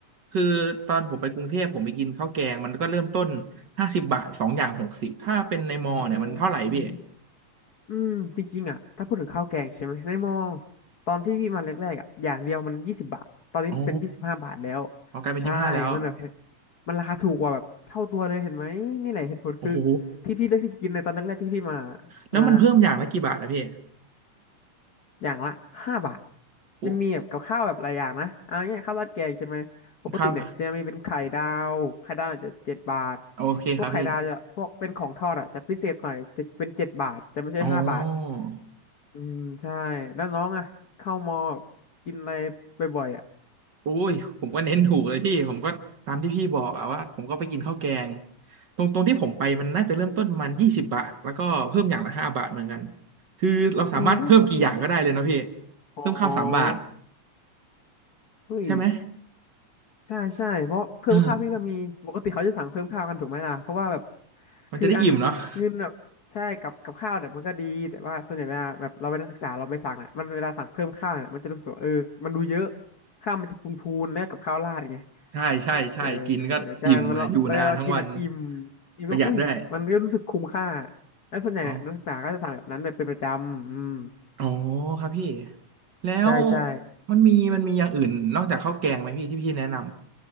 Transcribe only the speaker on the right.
คือตอนผมไปกรุงเทพผมไปกินข้าวแกงมันก็เริ่มต้นห้าสิบบาทสองอย่างหกสิบถ้าเป็นในมอเนี่ยมันเท่าไหร่พี่
อ๋อ ออกกลายเป็นยี่สิบห้าแล้ว
โอ้โห
แล้วมันเพิ่มอย่างละกี่บาทนะพี่
โอ้
ครับโอเคครับพี่
อ๋อ
โอ้ยผมก็เน้นถูกเลยพี่ผมก็ตามที่พี่บอกอะว่าผมก็ไปกินข้าวแกงตรงตรงที่ผมไปมันน่าจะเริ่มต้นประมาณยี่สิบบาทแล้วก็เพิ่มอย่างละห้าบาทเหมือนกันคือเราสามารถเพิ่มกี่อย่างก็ได้เลยเนาะพี่
เพิ่มข้าวสามบาท
ใช่ไหม
เออมันจะได้อิ่มเนาะ
<laughs>
ใช่ใช่ใช่กินก็อิ่มอะอยู่นานทั้งวัน
ประหยัดด้วย
อ๋อ อ๋อครับพี่แล้ว
มันมีมันมีอย่างอื่นนอกจากข้าวแกงไหมพี่ที่พี่แนะนำ